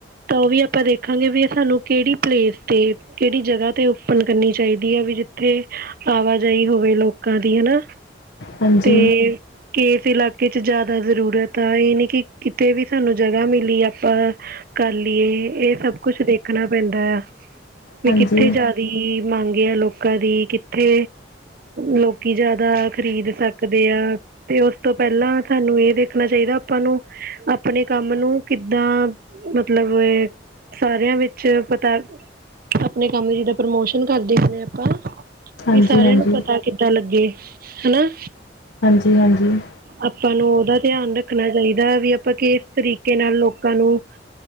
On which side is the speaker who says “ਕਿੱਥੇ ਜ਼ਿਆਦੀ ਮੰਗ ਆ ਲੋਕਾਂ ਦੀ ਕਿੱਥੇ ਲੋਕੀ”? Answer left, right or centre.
Right